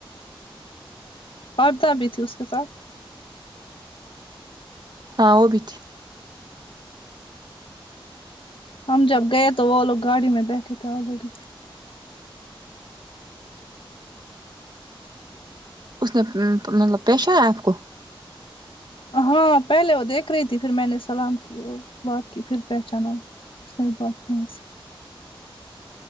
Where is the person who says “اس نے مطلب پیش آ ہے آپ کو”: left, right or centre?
Right